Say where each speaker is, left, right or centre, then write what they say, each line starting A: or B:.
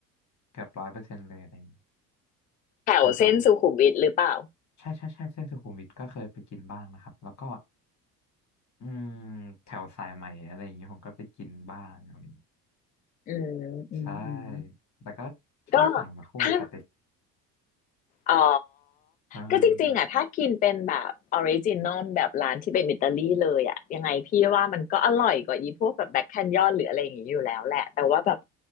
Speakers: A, on the left (about 35°); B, on the left (about 20°).
A: เกือบร้อยเปอร์เซ็นต์เลยอะไรอย่างงี้
B: แถวเส้นสุขุมวิทหรือเปล่า
A: ฟิลแบบว่าใช่ใช่ใช่เส้นสุขุมวิทก็เคยไปกินบ้างนะครับแล้วก็อืมแถวสายใหม่อะไรอย่างงี้ผมก็ไปกินบ้างอะไรอย่างงี้
B: อืมอืมอืม
A: ใช่แต่ก็ชอบสั่งมาคู่กับสเต็ก
B: ก็ถ้า อ๋อ
A: อ่า
B: ก็จริงๆอ่ะถ้ากินเป็นแบบออริจินอลแบบร้านที่เป็นอิตาลีเลยอ่ะยังไงพี่ว่ามันก็อร่อยกว่าอีพวกแบบแบ็คแคนยอนหรืออะไรอย่างงี้อยู่แล้วแหละแต่ว่าแบบ